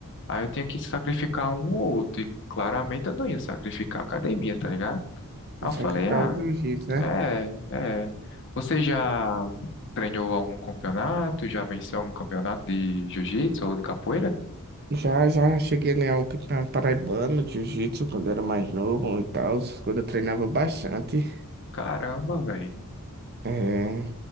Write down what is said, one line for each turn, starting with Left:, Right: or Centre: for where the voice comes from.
Left: aí eu tinha que sacrificar um ou outro. E claramente eu não ia sacrificar a academia, tá ligado?
Right: Isso
Left: Aí eu falei,
Right: é capital
Left: ah,
Right: do jiu-jitsu, né?
Left: é, é. Você já treinou algum campeonato? Já venceu algum campeonato de jiu-jitsu ou de capoeira?
Right: Já, já cheguei a ganhar o campeonato paraibano de jiu-jitsu quando era mais novo e tal, quando eu treinava bastante.
Left: Caramba, velho.
Right: É,